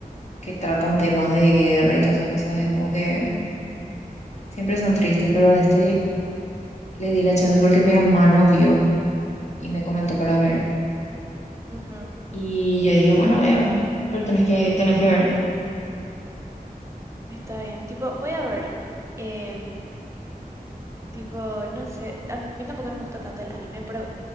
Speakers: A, on the left; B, on the right.
A: que tratan temas de guerra y todas esas cosas, es como que siempre son tristes, pero a este le di la chance porque mi hermano vio y me comentó para ver
B: ujú.
A: y yo dije, bueno, voy a ver, pero tenés que, tenés que ver.
B: Está bien. Tipo, voy a ver. em, tipo, no sé. A mí tampoco no me gusta tanto el anime, pero